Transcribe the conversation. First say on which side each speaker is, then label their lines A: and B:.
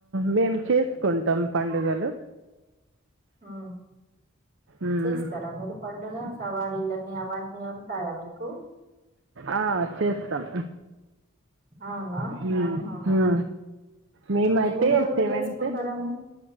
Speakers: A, on the right; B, on the right.
A: మేం చేసుకుంటాం పండుగలు
B: ఆ
A: మ్మ్
B: చేస్తారా మీరు పండుగ సవారీలన్నీ అవన్నీ ఉంటాయా మీకు
A: ఆ చేస్తాం
B: అవునా
A: మ్మ్
B: ఆహాహా
A: ఆ మేము అయితే
B: ఎన్ని రోజులు
A: సెవెన్త్
B: చేసుకుంటారని